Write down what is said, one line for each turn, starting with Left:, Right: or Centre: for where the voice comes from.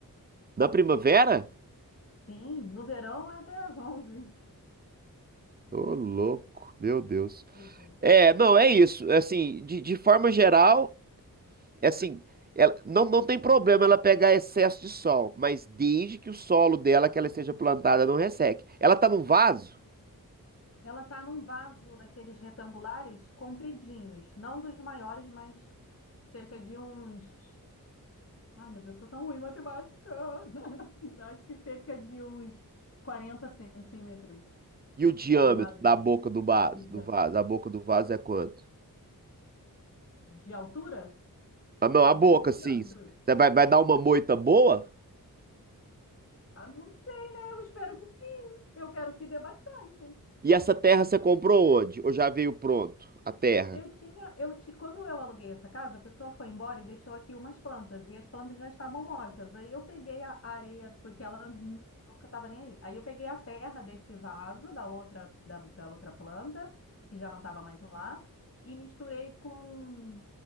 Right: na primavera?
Left: Sim, no verão é até às onze.
Right: Ô, louco, meu Deus.
Left: Pois é.
Right: É, não, é isso. Assim, de, de forma geral, é assim, ela, não, não tem problema ela pegar excesso de sol, mas desde que o solo dela, que ela esteja plantada, não resseque. Ela tá num vaso?
Left: Ela tá num vaso daqueles retangulares compridinhos, não dos maiores, mas cerca de uns. Ai, meu Deus, sou tão ruim em matemática. <laughs> Acho que cerca de uns 40 centímetros
Right: E o diâmetro
Left: de largura,
Right: da boca do vaso,
Left: de diâmetro.
Right: do vaso, a boca do vaso é quanto?
Left: De altura?
Right: Ah, não, a
Left: De
Right: boca,
Left: diâmetros?
Right: sim. Você vai, vai dar uma moita boa?
Left: Ah, não sei, né? Eu espero que sim. Eu quero que dê bastante.
Right: E essa terra você comprou onde? Ou já veio pronto a terra?
Left: Eu tinha, eu ti- quando eu aluguei essa casa, a pessoa foi embora e deixou aqui umas plantas, e as plantas já estavam mortas. Aí eu peguei a a areia, porque ela nu- nunca estava nem aí. Aí eu peguei a terra desse vaso, da outra, da, da outra planta, que já não estava mais lá, e misturei com,